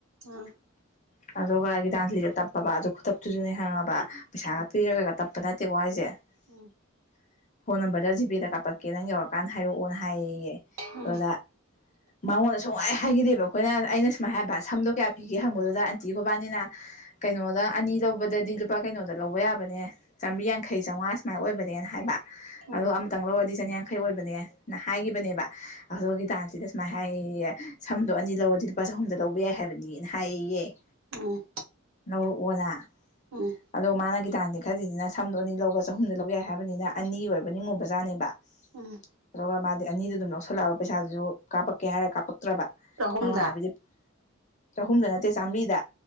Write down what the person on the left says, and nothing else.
<inaudible> ꯑꯗꯨꯒ ꯒꯤꯇꯥꯟꯖ꯭ꯂꯤꯗ ꯇꯞꯄꯕ ꯑꯗꯨ ꯈꯨꯇꯞꯇꯨꯁꯨꯅꯦ ꯈꯪꯉꯕ ꯄꯩꯁꯥꯒ
ꯄꯤꯔꯒꯒ ꯇꯞꯄ ꯅꯠꯇꯦꯀꯣ ꯍꯥꯏꯁꯦ <inaudible>
ꯐꯣꯟ ꯅꯝꯕꯔꯗ ꯖꯤ ꯄꯦꯗ ꯀꯥꯞꯄꯛꯀꯦ ꯅꯪ ꯌꯧꯔꯛꯀꯥꯟꯗ ꯍꯥꯏꯔꯛꯑꯣꯅ ꯍꯥꯏꯌꯦꯌꯦ
ꯑꯗꯨꯗ ꯃꯉꯣꯟꯗ ꯁꯨꯡꯍꯥꯏ ꯍꯥꯏꯒꯤꯗꯦꯕ ꯑꯩꯈꯣꯏꯅ ꯑꯩꯅ ꯁꯨꯃꯥꯏꯅ ꯍꯥꯏꯕ ꯁꯝꯗꯣ ꯀꯌꯥ ꯄꯤꯒꯦ ꯍꯪꯕꯗꯨꯗ ꯑꯟꯇꯤ ꯃꯕꯥꯟꯅꯤꯅ ꯀꯩꯅꯣꯗ ꯑꯅꯤ ꯂꯧꯕꯗꯗꯤ ꯂꯨꯄꯥ ꯀꯩꯅꯣꯗ ꯂꯧꯕ ꯌꯥꯕꯅꯦ ꯆꯥꯝꯕ꯭ꯔꯤ ꯌꯥꯡꯈꯩ ꯆꯝꯉꯥ ꯁꯨꯃꯥꯏꯅ ꯑꯣꯏꯕꯅꯦꯅ ꯍꯥꯏꯕ
ꯑꯔꯣ ꯑꯝꯇꯪ ꯂꯧꯔꯗꯤ ꯆꯅꯤꯌꯥꯡꯈꯩ ꯑꯣꯏꯕꯅꯦꯅ ꯍꯥꯏꯈꯤꯕꯅꯦꯕ ꯑꯗꯣ ꯒꯤꯇꯥꯟꯗꯤ ꯁꯨꯃꯥꯏꯅ ꯍꯥꯏ ꯁꯝꯗꯣ ꯑꯅꯤ ꯂꯧꯔꯗꯤ ꯂꯨꯄꯥ ꯆꯍꯨꯝꯗ ꯂꯧꯕ ꯌꯥꯏ ꯍꯥꯏꯕꯅꯤꯅ ꯍꯥꯏꯌꯦꯌꯦ
ꯂꯧꯔꯛꯑꯣꯗ
ꯑꯗꯣ ꯃꯥꯅ ꯒꯤꯇꯥꯟꯗꯤ ꯈꯜꯂꯤꯁꯤꯅ ꯁꯝꯗꯣ ꯑꯅꯤ ꯂꯧꯔꯒ ꯆꯍꯨꯝꯗ ꯂꯧ ꯌꯥꯏ ꯍꯥꯏꯕꯅꯤꯅ ꯑꯅꯤ ꯑꯣꯏꯔꯕ ꯅꯤꯡꯉꯨꯕ ꯖꯥꯠꯅꯦꯕ
ꯑꯗꯨꯒ ꯃꯥꯗꯤ ꯑꯅꯤꯗꯨ ꯑꯗꯨꯝ ꯂꯧꯁꯜꯂꯛꯑꯕ ꯄꯩꯁꯥꯗꯨꯁꯨ ꯀꯥꯄꯛꯀꯦ ꯍꯥꯏꯔ ꯀꯥꯞꯄꯛ ꯇ꯭ꯔꯕ
ꯃꯃꯥꯟꯅꯕꯤꯗꯩ ꯆꯍꯨꯝꯗ ꯅꯠꯇꯦ ꯆꯥꯝꯕ꯭ꯔꯤꯗ